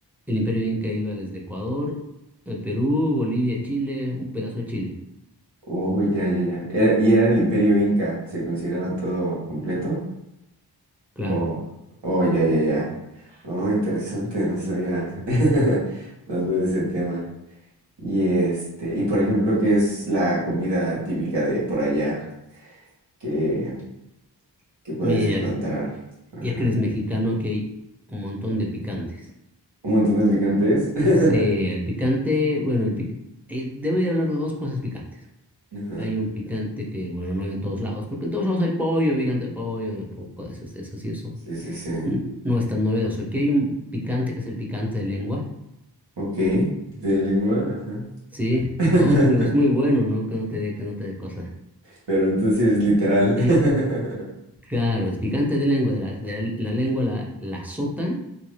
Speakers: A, in the centre; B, on the right (about 85°).
A: el imperio Inca iba desde Ecuador, eh, Perú, Bolivia, Chile, un pedazo de Chile.
B: Oh, ya, ya, ya. Era- y era el imperio inca. ¿Se consideraba todo completo?
A: Claro.
B: Oh, oh, ya, ya, ya. Oh, interesante. No sabía <laughs> tanto de ese tema. Y este, y por ejemplo, ¿qué es la comida típica de por allá que, que puedes
A: Mira,
B: encontrar?
A: que-
B: Ajá.
A: ya que eres mexicano, aquí hay un montón de picantes.
B: Un montón de picantes. <laughs>
A: Sí, el picante, bueno, el pic- eh, debo de hablar de dos cosas picantes.
B: Ajá.
A: Hay un picante que, bueno, no hay en todos lados, porque en todos lados hay pollo, picante de pollo, un poco de esas, de esas y eso.
B: Sí, sí, sí.
A: Mm, No es tan novedoso. Aquí hay un picante que es el picante de lengua.
B: Ok. De lengua, ajá.
A: Sí,
B: <laughs>
A: no, es muy, es muy bueno, ¿no? Que no te dé, que no te dé cosa.
B: Pero entonces sí es literal.
A: Eh,
B: <laughs>
A: Claro, es picante de lengua, de la, de la- la lengua la, la azotan